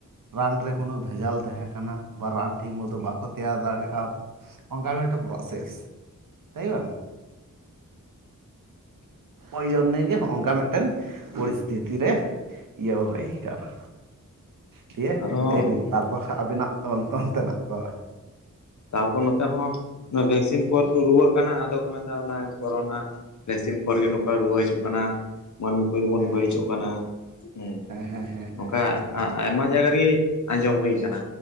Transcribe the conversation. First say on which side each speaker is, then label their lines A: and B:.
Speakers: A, on the right; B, on the left.
A: ᱨᱟᱱ ᱨᱮ ᱠᱳᱱᱳ ᱵᱷᱮᱡᱟᱞ ᱛᱟᱦᱮᱸ ᱠᱟᱱᱟ, ᱵᱟ ᱨᱟᱱ ᱴᱷᱤᱠ ᱢᱚᱛᱚ ᱵᱟᱠᱚ ᱛᱮᱭᱟᱨ ᱫᱟᱲᱮ ᱠᱟᱣᱫᱟ᱾ ᱚᱱᱠᱟ ᱢᱤᱫᱴᱮᱡ ᱯᱨᱚᱥᱮᱥ, ᱛᱟᱹᱭ ᱵᱟᱝ? ᱳᱭ ᱡᱚᱱᱱᱮ ᱜᱮ, ᱦᱚᱜᱼᱚᱭᱝᱠᱟ ᱢᱤᱫᱴᱮᱱ ᱯᱚᱨᱤᱥᱛᱷᱤᱛᱤ ᱨᱮ ᱤᱭᱟᱹ ᱦᱩᱭ ᱟᱠᱟᱱᱟ᱾ ᱫᱷᱤᱭᱮ,
B: ᱟᱨᱚ
A: ᱞᱟᱹᱭ ᱵᱤᱱ ᱛᱟᱨᱯᱚᱨ ᱦᱟᱸᱜ ᱟᱵᱤᱱᱟᱜ ᱚᱱ ᱚᱱᱛᱮᱱᱟᱜ ᱠᱚ᱾
B: ᱛᱟᱯᱚᱨ ᱱᱚᱛᱮ ᱦᱚᱸ, ᱵᱷᱮᱠᱥᱤᱱ ᱯᱚᱨ ᱠᱚ ᱨᱩᱣᱟᱹᱜ ᱠᱟᱱᱟ ᱟᱫᱚ ᱠᱚ ᱢᱮᱱᱫᱟ ᱚᱱᱟ ᱠᱳᱨᱳᱱᱟ ᱵᱷᱮᱠᱥᱤᱱ ᱯᱚᱨ ᱜᱮ, ᱱᱚᱝᱠᱟ ᱨᱩᱣᱟᱹ ᱦᱤᱡᱩᱜ ᱠᱟᱱᱟ᱾ ᱢᱟᱹᱱᱢᱤ ᱨᱮᱵᱚᱱ
A: ᱦᱮᱸ
B: ᱵᱟᱹᱲᱤᱡᱚᱜ
A: ᱦᱮᱸ
B: ᱠᱟᱱᱟ᱾ ᱦᱮᱸ
A: ᱦᱮᱸ ᱦᱮᱸ
B: ᱱᱚᱝᱠᱟ
A: ᱦᱮᱸ ᱦᱮᱸ ᱴᱷᱤᱠ
B: ᱟᱭᱢᱟ ᱡᱟᱭᱜᱟ ᱨᱮᱜᱮ ᱟᱸᱡᱚᱢ ᱦᱩᱭ ᱟᱠᱟᱱᱟ᱾